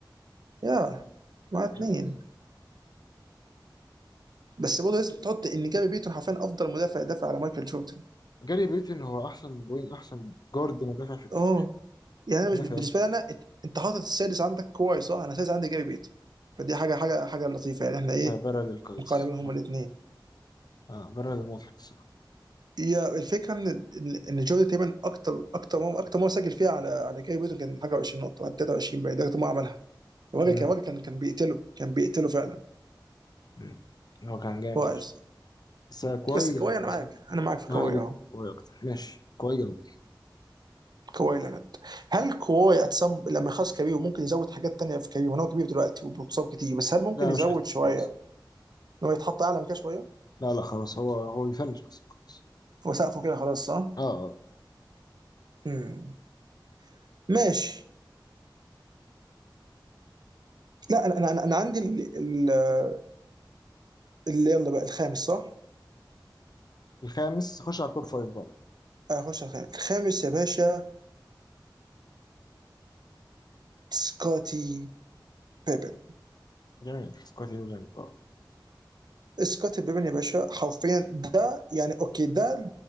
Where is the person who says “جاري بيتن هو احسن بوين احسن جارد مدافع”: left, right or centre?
Left